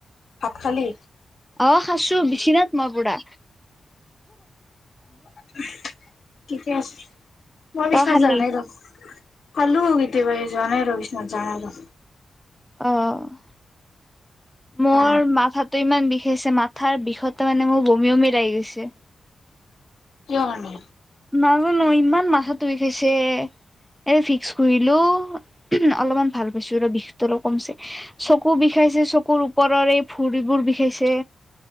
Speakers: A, on the left (about 70°); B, in the centre.
A: ভাত খালী?
B: অ', খাসু বিচিনাত মই পুৰা।
A: <unintelligible> কি কি আছে? মই বিছনাথ
B: তই খালি
A: জানাই ৰ। খালো কেতিয়াবাই যোৱা নাই আৰু বিশষ্নাথ যাম আৰু।
B: অ'। মোৰ
A: অ
B: মাথা তো ইমান বিষায় ছে। মাথাৰ বিষতে মানে মোৰ বমি বমি লাগি গৈছে।
A: কিয় মানে।
B: নাজানো ইমান মাথা বিষাইছে। এই ভিক্স ঘহিলো অলপমান ভাল পাইছো ৰ বিষটো অলপ কমিছে। চকু বিষাইছে, চকুৰ ওপৰৰ এই ভুৰিবোৰ বিষাইছে।